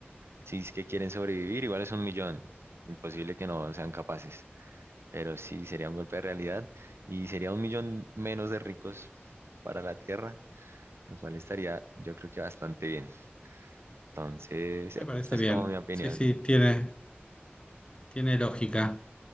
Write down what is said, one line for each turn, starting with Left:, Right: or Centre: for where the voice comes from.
Right: Si es que quieren sobrevivir, igual es un millón. Imposible que no sean capaces. Pero sí, sería un golpe de realidad y sería un millón menos de ricos para la Tierra, lo cual estaría, yo creo que bastante bien. Entonces,
Left: Me
Right: eh,
Left: parece
Right: esa es
Left: bien,
Right: como mi opinión.
Left: sí, sí, tiene, tiene lógica.